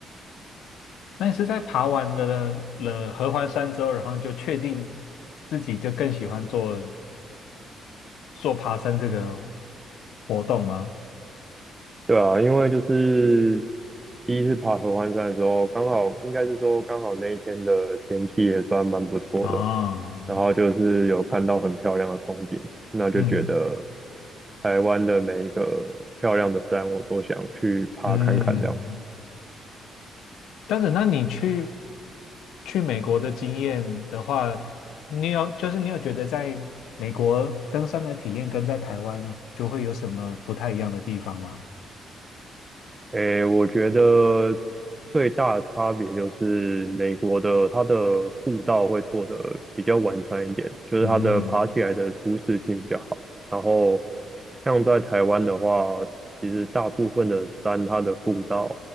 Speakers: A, on the left; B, on the right.
A: 那你是在爬完了了合欢山之后，然后就确定自己就更喜欢做做爬山这个活动吗？
B: 对啊，因为就是第一次爬合欢山的时候，刚好应该是说刚好那一天的天气也算蛮不错的，
A: 啊，
B: 然后就是有看到很漂亮的风景，那就觉得
A: 嗯
B: 台湾的每一个漂亮的山，我都想去爬看看这样。
A: 嗯，这样子，那你去去美国的经验的话，你有就是你有觉得在美国登山的体验跟在台湾就会有什么不太一样的地方吗？
B: 诶，我觉得最大的差别就是美国的它的步道会做的比较完善一点，就是它的爬起来的舒适性比较好。
A: 嗯，
B: 然后像在台湾的话，其实大部分的山它的步道